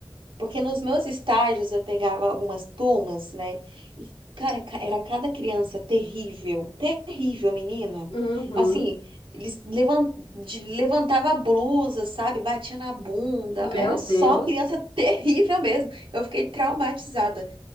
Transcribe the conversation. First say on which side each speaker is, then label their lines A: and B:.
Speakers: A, on the right; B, on the left.
A: Porque nos meus estágios eu pegava algumas turmas, né? E, cara, ca- era cada criança terrível, terrível, menina.
B: Uhum.
A: Assim, eles levan de- levantava a blusa, sabe? Batia na bunda.
B: Meu
A: Era só
B: Deus,
A: criança <laughs> terrível mesmo. Eu fiquei traumatizada,